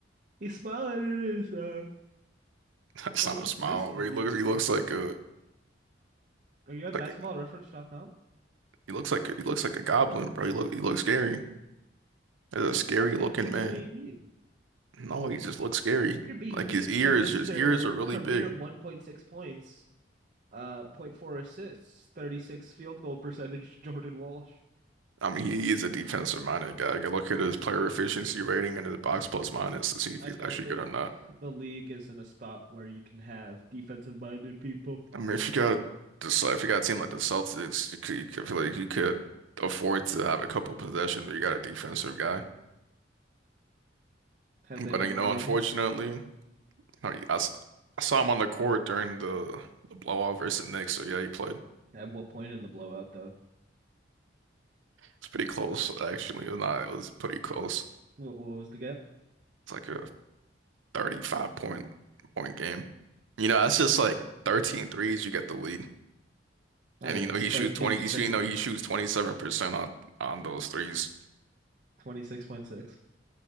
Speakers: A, on the right; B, on the right.
A: He's smiling in his uh
B: <laughs> That's
A: At
B: not
A: least
B: a smile.
A: this DNA
B: He looks, he
A: picture.
B: looks like a
A: Are you at
B: like
A: basketballreference.com?
B: He looks like he looks like a goblin, bro. He look he looks scary. That's a scary
A: I think
B: looking
A: you're just
B: man.
A: being mean.
B: No, he just looks scary.
A: You're being
B: Like
A: mean
B: his ears,
A: to Mr.
B: his ears are really
A: Career
B: big.
A: 1.6 points, uh zero point 0.4 assists, 36 field goal percentage, <laughs> Jordan Walsh.
B: I mean, he is a defensive minded guy. Go look at his player efficiency rating and his box plus minus to see if
A: I
B: he's
A: don't
B: actually
A: think
B: good or not.
A: the league is in a spot where you can have defensive minded people.
B: I mean, if you got this, if you got a team like the Celtics, you could, you could- I feel like you could afford to have a couple possessions, but you got a defensive guy.
A: Have they
B: But
A: been
B: you
A: playing
B: know, unfortunately,
A: him?
B: I, I s- I saw him on the court during the, the blowout versus the Knicks. So yeah, he played.
A: At what point in the blowout, though?
B: It's pretty close, actually. It was not, it was pretty close.
A: What, what was the gap? <laughs>
B: It's like a 35 point point game. You know, that's just like 13 threes. you get the lead.
A: Ah,
B: And
A: yes,
B: you know, he shoots
A: 13
B: 20,
A: straight
B: you see, you know,
A: threes,
B: he shoots 27% on on those threes.
A: 26.6.